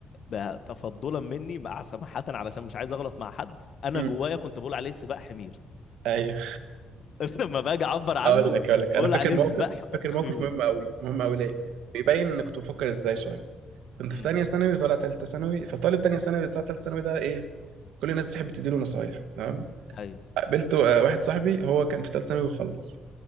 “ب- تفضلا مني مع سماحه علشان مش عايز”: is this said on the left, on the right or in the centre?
Left